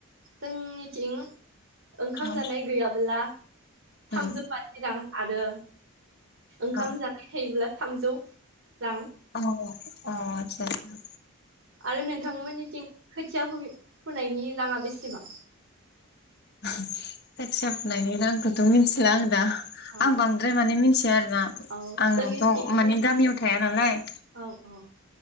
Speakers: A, on the right; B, on the left.
A: जोंनि थिं ओंखाम
B: औ
A: जानाय गैयाबोला थामजौ
B: उम
A: बाजि रां आरो ओंखाम
B: औ
A: जानाय थायोब्ला थामजौ रां।
B: अ अ आतसा आतसा।
A: आरो नोंथांमोननिथिं खोथिया फुयो फुनायनि रांआ बेसेबां?
B: खोथिया फुनायनि रांखौथ' मिथिला आं दा।
A: औ
B: आं बांद्राय माने मिथिया आरोना
A: औ
B: आंथ'
A: जोंनिथिं
B: माने गामियाव थाया नालाय
A: औ औ।